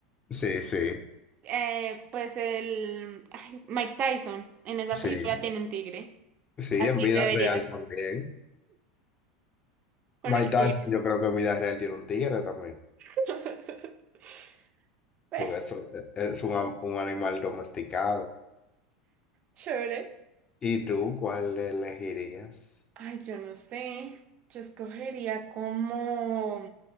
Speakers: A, on the left; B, on the right.
A: Sí, sí,
B: Eh, pues el ay, Mike Tyson en esa
A: sí.
B: película tiene un tigre.
A: Sí,
B: Así
A: en vida
B: te verías
A: real también.
B: con
A: Mike
B: el
A: Tyson,
B: tigre.
A: yo creo que en vida real tiene un tigre también,
B: <laughs> Pues,
A: porque eso eh, es un, am- un animal domesticado.
B: chévere.
A: ¿Y tú cuál elegirías?
B: Ay, yo no sé. Yo escogería como,